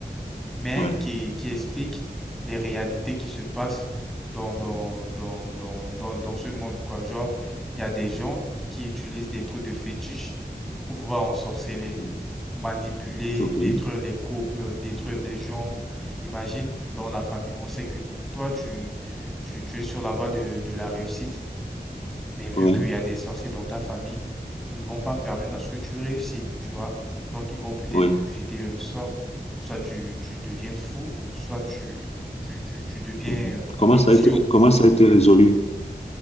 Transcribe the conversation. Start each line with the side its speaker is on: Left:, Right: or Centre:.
Centre: mais
Left: Ouais.
Centre: qui, qui explique les réalités qui se passent dans, dans, dans, dans, dans, dans ce monde, quoi. Genre, il y a des gens qui utilisent des trucs de fétiche pour pouvoir ensorceler,
Left: Mhm.
Centre: manipuler,
Left: Ok.
Centre: détruire les couples, détruire des gens. Imagine, dans la famille, on sait que toi, tu, tu, tu es sur la voie de, de la réussite. Mais vu
Left: Ouais.
Centre: qu'il y a des sorciers dans ta famille, ils ne vont pas permettre à ce que tu réussisses, tu vois. Donc, ils vont peut-être
Left: Oui.
Centre: te jeter un sort. Soit tu, tu deviens fou, soit tu, tu, tu, tu deviens
Left: Mhm.
Centre: euh,
Left: Comment
Centre: idiot.
Left: ça a été, comment ça a été résolu?